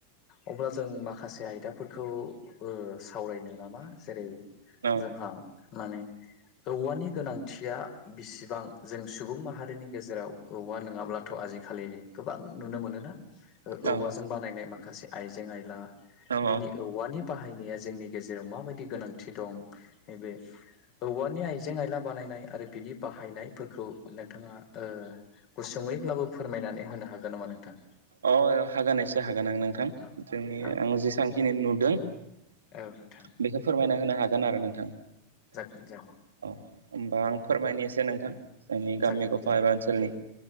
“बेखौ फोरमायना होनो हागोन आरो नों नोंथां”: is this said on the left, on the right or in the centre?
Right